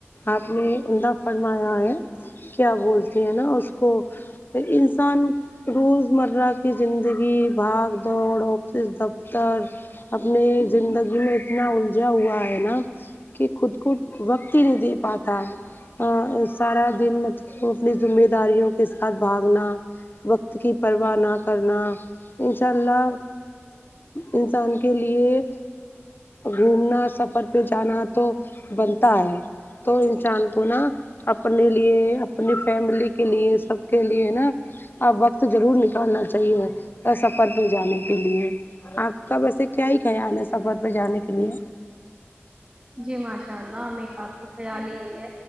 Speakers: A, on the left; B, on the right.
A: آپ نے عمدہ فرمایا ہے کیا بولتی ہیں نا اس کو پھر انسان روز مرہ کی زندگی بھاگ دوڑ آفس دفتر اپنے زندگی میں اتنا الجھا ہوا ہے نا کہ خود کو وقت ہی نہیں دے پاتا ہے سارا دن مطلب اپنی ذمہ داریوں کے ساتھ بھاگنا وقت کی پرواہ نہ کرنا انشاء اللہ انسان کے لیے گھومنا سفر پہ جانا تو بنتا ہے تو انسان کو نا اپنے لیے اپنی فیملی کے لیے سب کے لیے نا اب وقت ضرور نکالنا چاہیے سفر پہ جانے کے لیے آپ کا ویسے کیا ہی خیال ہے سفر پے جانے کے لیے
B: جی ماشاء اللہ میرا تو خیال ہی یے